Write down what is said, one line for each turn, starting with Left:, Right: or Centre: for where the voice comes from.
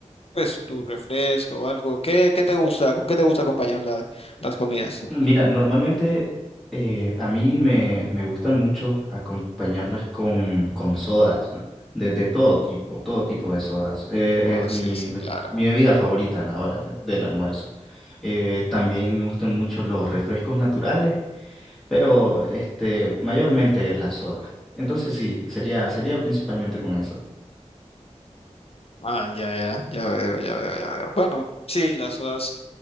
Left: pues tu refresco o algo. ¿Qué, qué te gusta? ¿Con qué te gusta acompañar la- las comidas?
Centre: Mira, normalmente eh, a mí me, me gusta mucho acompañarlas con, con sodas, bro, De, de todo tipo, todo tipo de sodas. Eh,
Left: Oh,
Centre: es
Left: sí,
Centre: mi,
Left: sí,
Centre: me-
Left: claro.
Centre: mi bebida favorita a la hora de- del almuerzo. Eh, también me gustan mucho los refrescos naturales, pero este, mayormente las sodas. Entonces sí, sería, sería principalmente con eso.
Left: Ah, ya, ya, ya veo, ya veo, ya veo. Bueno, sí, las sodas.